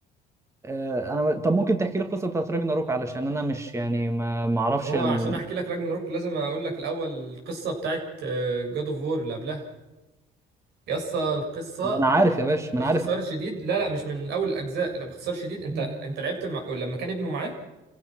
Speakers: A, on the right (about 15°); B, on the right (about 80°).
A: آه، انا طب ممكن تحكي لي القصه بتاعت راجناروك علشان انا مش يعني ما ما اعرفش
B: ما هو
A: ال...
B: عشان احكي لك راجناروك لازم اقول لك الاول القصه بتاعت جاد اوف وور اللي قبلها يسا القصه
A: ما انا عارف يا باشا ما
B: باختصار
A: انا عارف
B: شديد لا لا مش من اول الاجزاء لا باختصار شديد انت
A: مم.
B: انت لعبت مع... لما كان ابنه معاه